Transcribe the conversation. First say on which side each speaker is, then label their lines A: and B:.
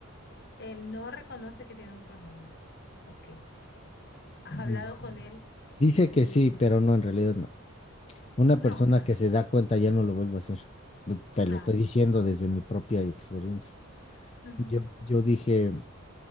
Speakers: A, on the left; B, on the left.
A: Él no reconoce que tiene un problema. Ok. ¿Has
B: No.
A: hablado con él
B: Dice
A: y,
B: que sí,
A: y él-
B: pero no, en realidad no. Una
A: No,
B: persona
A: claro,
B: que se da cuenta ya no lo vuelve a hacer. Lo- Te
A: claro.
B: lo estoy diciendo desde mi propia experiencia.
A: Ujú.
B: Yo, yo dije,